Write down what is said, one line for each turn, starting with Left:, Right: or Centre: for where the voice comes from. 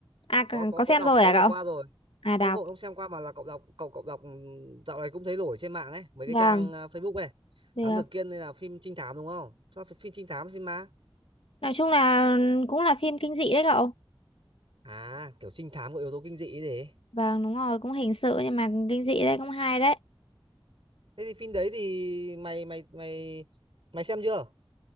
Left: À, c-
Right: có có
Left: có
Right: có
Left: xem
Right: đọc
Left: rồi
Right: có
Left: à
Right: đọc
Left: cậu?
Right: qua rồi
Left: À,
Right: không
Left: đọc.
Right: không không xem qua mà là cậu đọc cậu cậu đọc dạo này cũng thấy nổi trên mạng ấy mấy cái
Left: Vâng,
Right: trang à, Facebook này
Left: được.
Right: Thám Tử Kiên đây là phim trinh thám đúng không sao phải phim trinh thám phim ma
Left: Nói chung là cũng là phim kinh dị đấy cậu.
Right: à kiểu trinh thám có yếu tố kinh dị ấy gì
Left: Vâng, đúng rồi, cũng hình sự nhưng mà kinh dị đấy, cũng hay đấy.
Right: thế thì phim đấy thì mày mày mày mày xem chưa